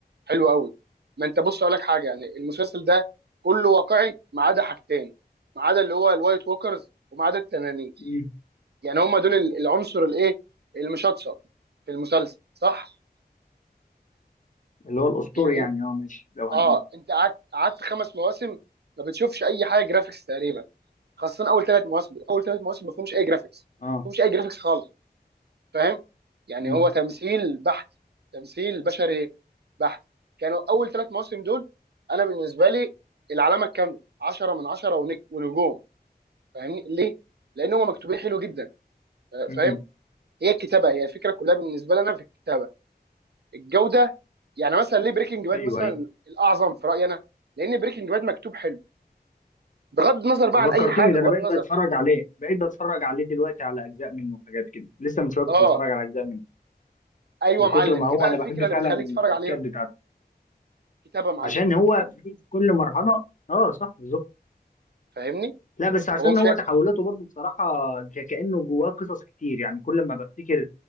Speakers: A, on the right (about 75°); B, on the left (about 50°).
A: حلو قوي ما انت بص اقول لك حاجه يعني المسلسل ده كله واقعي ما عدا حاجتين ما عدا اللي هو الوايت ووكرز وما عدا التنانين
B: مم.
A: يعني هم دول ال- العنصر الايه المشطشط في المسلسل صح
B: اللي هو الاسطوري
A: يعني
B: يعني اه ماشي لو هنقول
A: اه انت قعدت قعدت خمس مواسم ما بتشوفش اي حاجه جرافيكس تقريبا خاصه اول ثلاث مواسم اول ثلاث مواسم ما فيهمش اي جرافيكس
B: اه
A: ما فيهمش اي جرافيكس خالص فاهم يعني
B: امم
A: هو تمثيل بحت تمثيل بشري بحت كانوا اول ثلاث مواسم دول انا بالنسبه لي العلامه الكامله 10 من 10 ونج- ونجوم فاهمني ليه لان هم مكتوبين حلو جدا فا-
B: امم
A: فاهم هي الكتابه هي الفكره كلها بالنسبه لنا في الكتابه الجوده يعني مثلا ليه بريكنج باد
B: ايوه
A: مثلا
B: ايوه
A: الاعظم في رايي انا لان بريكنج باد مكتوب حلو بغض النظر بقى
B: طب
A: عن
B: فكرتني
A: اي حاجه
B: ده
A: بغض
B: انا بقيت
A: النظر
B: بتفرج عليه بقيت بتفرج عليه دلوقتي على اجزاء منه وحاجات كده لسه من شويه كنت
A: اه
B: بتفرج على اجزاء منه
A: ايوه
B: من
A: يا
B: كتر
A: معلم
B: ما هو
A: ايه بقى
B: انا
A: الفكره
B: بحب
A: اللي
B: فعلا
A: بتخليك
B: الحبكات
A: تتفرج عليه بقى؟
B: بتاعته
A: كتابه يا معلم
B: عشان هو في كل مرحله اه صح بالظبط
A: فاهمني
B: لا بس عشان
A: هو مش
B: هو تحولاته برضو بصراحه ك- كانه جواه قصص كتير يعني كل ما بفتكر